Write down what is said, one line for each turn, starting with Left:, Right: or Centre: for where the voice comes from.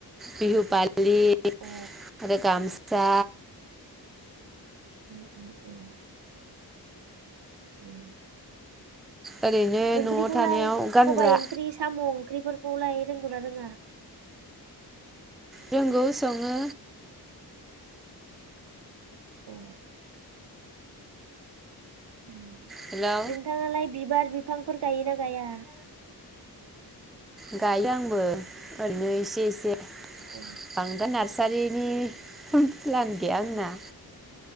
Centre: बिहु फालि
Right: अ
Centre: आरो गामसा
Right: उम उम उम उम
Centre: ओरैनो
Right: ओंख्रिखौलाय
Centre: न'आव थानायाव गानग्रा
Right: सबाय ओंख्रि साम ओंख्रिफोर खौलाय रोंगौना रोङा
Centre: रोंगौ सङो
Right: अ ओम
Centre: हेलौ
Right: नोंथाङा लाय बिबार बिफांफोर गायो ना गाया?
Centre: गायो आंबो ओरैनो एसे एसे। बांद्राय
Right: अ
Centre: नार्सारिनि फुल-फुलान बे आंना